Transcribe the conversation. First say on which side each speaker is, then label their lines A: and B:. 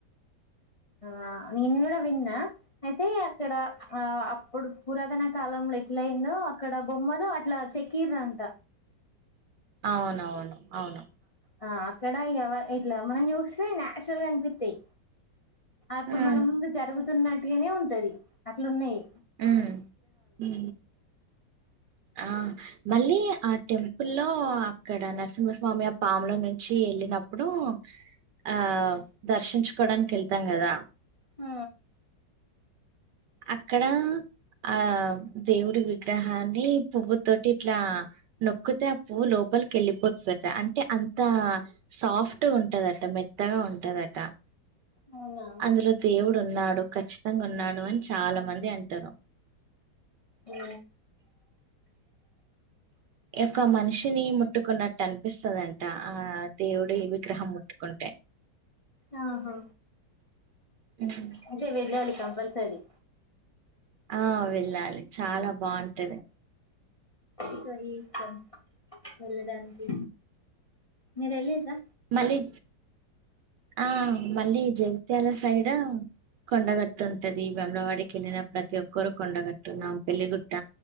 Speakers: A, on the left (about 40°); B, on the right (about 70°).
A: ఆ నేను కూడా విన్నా అయితే అక్కడ ఆ అప్పుడు పురాతన కాలంలో ఎట్లయిందో అక్కడ బొమ్మలు అట్లా చెకీర్రంట
B: అవునవును అవును
A: ఆ అక్కడ ఎవ ఇట్ల మనం చూస్తే నాచురల్గ అనిపిస్తాయి అప్పుడు
B: ఉమ్
A: మన ముందు జరుగుతున్నటుగానే ఉంటది అట్లు ఉన్నాయి
B: ఉ హు ఆ మళ్ళీ ఆ టెంపుల్లో అక్కడ నరసింహస్వామి ఆ పాముల నుంచి వెళ్ళినప్పుడు ఆ దర్శించుకోడానికి వెళ్తాం కదా
A: హ
B: అక్కడ ఆ దేవుడి విగ్రహాన్ని పువ్వు తోటి ఇట్లా నొక్కితే ఆ పువవు లోపలికి వెళ్ళిపోతుందట అంటే అంతా సాఫ్ట్గా ఉంటదట మెత్తగా ఉంటదట
A: అవునా
B: ఇందులో దేవుడు ఉన్నాడు ఖచ్చితంగా ఉన్నాడు అని చాలా మంది అంటరు
A: ఉ
B: యొక్క మనిషిని ముట్టుకున్నట్టు అనిపిస్తదంట ఆ దేవుడీ ఈ విగ్రహం ముట్టుకుంటే
A: ఆహా
B: హ్మ్.
A: అంటే వెళ్ళాలి కంపల్సరీ
B: ఆ వెళ్ళాలి చాలా బాగుంటది
A: ఇగ మీఇస్తాం వెళ్ళడానికి మీరు వెళ్ళిర్రా
B: మళ్ళీ ఆ మళ్ళీ జగిత్యాల సైడ్ కొండగట్టుంటది వేమలవాడికి వెళ్ళిన ప్రతి ఒక్కరు కొండగట్టు న్నాంపెళ్లిగుట్ట